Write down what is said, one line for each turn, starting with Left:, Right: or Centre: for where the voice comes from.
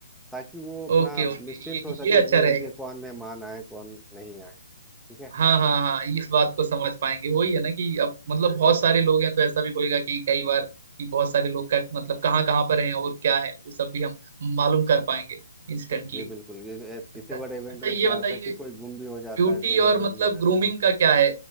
Centre: ताकि वो अपना
Right: ओके ओके
Centre: निश्चिंत
Right: ये
Centre: हो सके
Right: ये अच्छा
Centre: कि
Right: रहेगा
Centre: उनके कौन मेहमान आए कौन नहीं आए ठीक है
Right: हाँ हाँ हाँ इस बात को समझ पाएंगे वही
Centre: जी
Right: है ना कि अब मतलब बहुत सारे लोग हैं तो ऐसा भी होएगा कि कई बार कि बहुत सारे लोग का मतलब कहाँ कहाँ पर हैं और क्या है वो सब भी हम मालूम कर पाएंगे इंस्टेंटली
Centre: जी बिल्कुल ये
Right: अच्छा
Centre: इतने बड़े इवेंट
Right: अच्छा
Centre: में
Right: ये
Centre: क्या
Right: बताइए
Centre: होता है कि कोई गुम भी हो जाता
Right: ब्यूटी
Centre: है कोई इधर
Right: और मतलब
Centre: उधर भी हो जाता
Right: ग्रूमिंग
Centre: है
Right: का क्या है